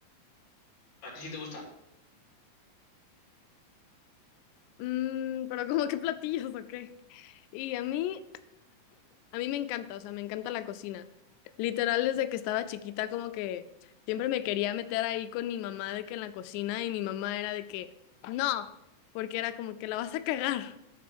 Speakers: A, on the left; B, on the left.
A: ¿a ti sí te gusta?
B: Mm, pero como qué platillos o qué? Y a mí, a mí me encanta, o sea, me encanta la cocina. Literal, desde que estaba chiquita, como que siempre me quería meter ahí con mi mamá de que en la cocina y mi mamá era de que, no, porque era como que la vas a cagar. <laughs>